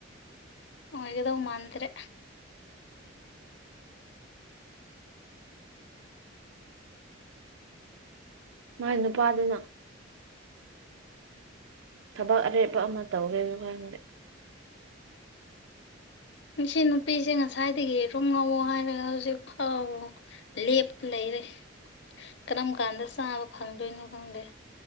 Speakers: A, on the left; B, on the right.
A: ꯑꯣꯏꯒꯗꯧ ꯃꯥꯟꯗ꯭ꯔꯦ
B: ꯃꯥꯏ ꯅꯨꯄꯥꯗꯨꯅ ꯊꯕꯛ ꯑꯔꯦꯞꯄ ꯑꯃ ꯇꯧꯒꯦꯁꯨ ꯈꯟꯗꯦ
A: ꯎꯝ ꯁꯤ ꯅꯨꯄꯤꯁꯦ ꯉꯁꯥꯏꯗꯒꯤ ꯌꯦꯔꯨꯝ ꯉꯧꯑꯣ ꯍꯥꯏꯔꯒ ꯍꯧꯖꯤꯛ ꯐꯥꯎ ꯂꯦꯞꯄ ꯂꯩꯔꯦ ꯀꯔꯝ ꯀꯥꯟꯗ ꯆꯥꯕ ꯐꯪꯗꯣꯏꯅꯣ ꯈꯪꯗꯦ